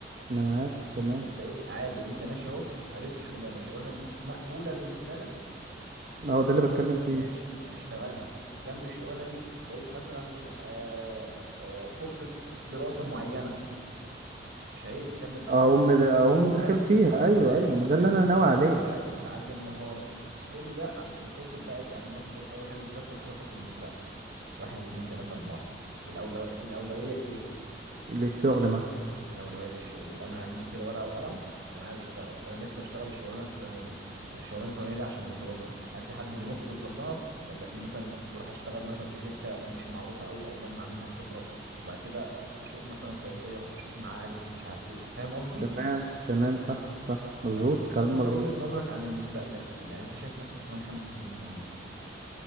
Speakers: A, on the right (about 45°); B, on the right (about 85°).
A: ما انا عارف تمام
B: فانت ايه عادي انت ماشي اهو قابلت شغلانه الشغلانه دي مقبوله بالنسبه لك
A: اهو ده اللي بتكلم فيه
B: ماشي هنشتغلها جنب الشغلانه دي لقيت مثلا آه، آه، فرصه دراسه معينه مش عيب تكمل دراسه
A: اقوم
B: حتى لو انت
A: د-
B: كبير
A: اقوم داخل
B: فاهم
A: فيها
B: تروح
A: ايوه
B: داخل
A: ايوه ما
B: فيها
A: ده اللي انا ناوي
B: تدرس
A: عليه
B: حاجه تتعلم مهاره كل ده علشان توصل بقى إيه؟ يعني مثلا ايه اول حاجه بترتب خططك للمستقبل واحد اتنين تلاته اربعه الأولو... الاولويه لايه
A: للشغل مثلا
B: الاولويه للشغل يبقى انا هجيب كده ورقه وقلم انا عايز اشتغل انا نفسي اشتغل الشغلانه الفلانيه طب الشغلانه الفلانيه دي عشان يوصلوا لها هل في حد بينط يوصل لها ولا في مثلا بروح اشتغل مثلا في شركه مش معروفه قوي اجمع منها خبره وبعد كده اشوف مثلا توصيه اشوف معارف مش عارف ايه فاهم قصدي
A: تمام تمام صح صح مظبوط
B: فانت
A: كلام مظبوط
B: وجهه نظرك عن المستقبل ايه يعني انت شايف نفسك كمان خمس سنين فين مثلا